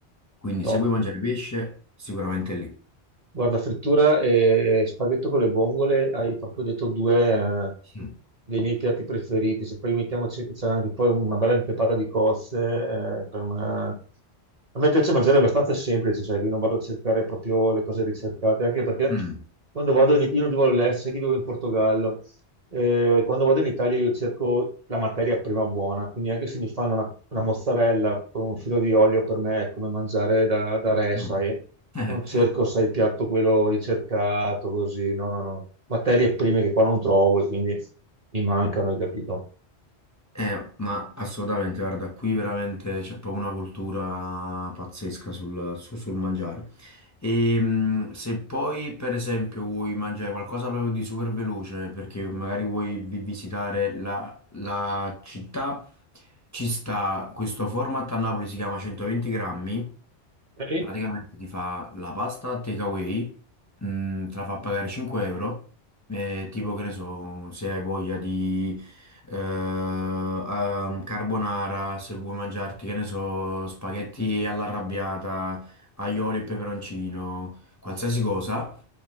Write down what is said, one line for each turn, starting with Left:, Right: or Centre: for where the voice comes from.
Left: Quindi
Right: Top.
Left: se vuoi mangiare pesce, sicuramente è lì.
Right: Guarda, frittura e spaghetto con le vongole, hai proprio detto due eh,
Left: Mm.
Right: dei miei piatti preferiti. Se poi mettiamoci che c'è anche poi una bella impepata di cozze, eh, per me... A me piace mangiare abbastanza semplice, sai, che non vado a cercare proprio le cose ricercate, anche perché
Left: Mm.
Right: quando vado in Italia, io non vivo all'estero, sai che vivo in Portogallo, eh, quando vado in Italia io cerco la materia prima buona, quindi anche se mi fanno una, una mozzarella con un filo di olio per me è come mangiare da, da re,
Left: Mm.
Right: sai.
Left: <laughs> Eh,
Right: Non cerco, sai, il piatto quello ricercato, così, no, no, no. Materie prime che qua non trovo e quindi mi mancano, hai capito?
Left: Eh, ma assolutamente, guarda, qui veramente c'è proprio una cultura pazzesca sul, su- sul mangiare. E mh, se poi, per esempio, vuoi mangiare qualcosa proprio di super veloce, perché magari vuoi vi- visitare la, la città, ci sta questo format a Napoli, si chiama 120 grammi,
Right: Eh,
Left: Praticamente ti fa la pasta takeaway, mm, te la fa pagare 5 euro, eh, tipo che ne so, se hai voglia di eh, ehm, carbonara, se vuoi mangiarti, che ne so, spaghetti all'arrabbiata, aioli e peperoncino, qualsiasi cosa,